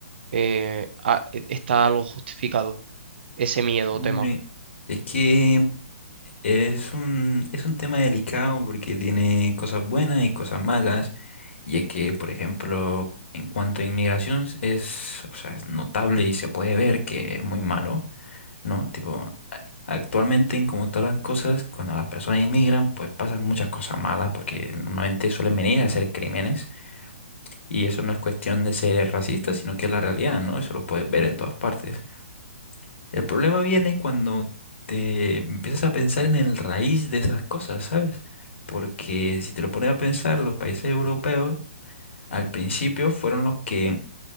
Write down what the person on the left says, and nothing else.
Hombre,
es que Es un, es un tema delicado porque tiene cosas buenas y cosas malas, y es que, por ejemplo, en cuanto a inmigración es, o sea, es notable y se puede ver que es muy malo, ¿no? Tipo, a- actualmente en como están las cosas, cuando las personas inmigran, pues pasan muchas cosas malas porque normalmente suelen venir a hacer crímenes y eso no es cuestión de ser racista, sino que es la realidad, ¿no? Eso lo puedes ver en todas partes. El problema viene cuando te empiezas a pensar en el raíz de esas cosas, ¿sabes? Porque si te lo pones a pensar, los países europeos al principio fueron los que